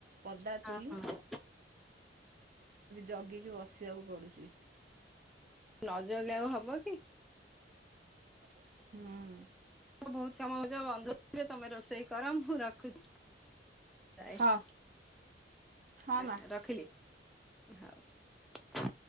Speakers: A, on the right; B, in the centre.
A: ପଦା
B: ହଁ
A: ଚୁଲି
B: ହଁ
A: ଜଗିକି ବସିବାକୁ ପଡ଼ୁଛି।
B: ନଜଗିଲେ ଆଉ ହବ କି।
A: ହୁଁ।
B: ମୋ ବହୁତ କାମ ହଉଛି ମୋ ବନ୍ଧୁ ଆସିବେ ତମେ ରୋଷେଇ କର ମୁଁ ରଖୁଛି। ଯାଏ
A: ହଁ ହଁ
B: ଆଛା
A: ମା।
B: ରଖିଲି। ହଉ <inaudible>